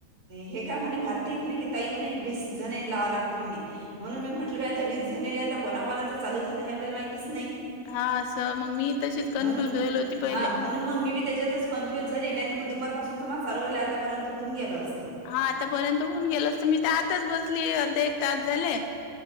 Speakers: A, on the right; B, on the left.
A: हे काय म्हणे भारतीय म्हणे कि, ताई म्हणे वीस जणे लावावं लागते म्हणे म्हणून मी म्हटलं पा आता वीस जनी आहे आता कोणा कोणाच चालू झालंय हे आपल्याला माहितच नाही.
B: हा असं मग मी तशीच
A: म्हणून
B: कन्फ्युज होईल होती पहिले.
A: हां म्हणून मग मी बी त्याच्यातच कन्फ्युज झाली नाही तर मग दुपार पासून मग चालू झालं आतापर्यंत होऊन गेलं असतं.
B: हा आतापर्यंत होऊन गेलो असत. मी तर आताच बसली अर्धा एक तास झाले.